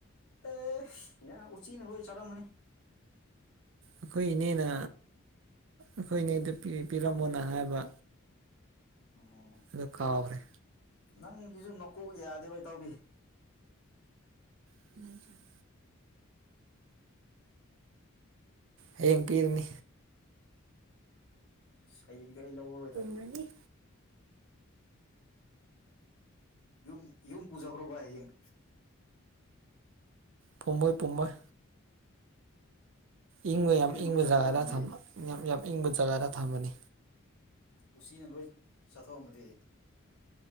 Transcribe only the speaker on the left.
<unintelligible> ꯎꯆꯤꯅ ꯂꯣꯏ ꯆꯥꯔꯝꯃꯅꯤ
ꯑꯣ
ꯅꯪꯒꯤꯖꯨ ꯅꯀꯣꯛ ꯌꯥꯗꯦꯕ ꯏꯇꯥꯎꯕꯤ
ꯑꯁ ꯍꯌꯦꯡꯗꯤ ꯑꯩ ꯂꯧꯔꯔꯣꯏꯗ
ꯌꯨꯝ ꯌꯨꯝ ꯄꯨꯖꯒ꯭ꯔꯣ ꯕꯥꯢ ꯍꯌꯦꯡ
ꯎꯆꯤꯅ
ꯂꯣꯏ
ꯆꯥꯊꯣꯛꯑꯝꯃꯗꯤ
ꯎꯆꯤꯅ ꯂꯣꯏ ꯆꯥꯊꯣꯛꯑꯝꯃꯗꯤ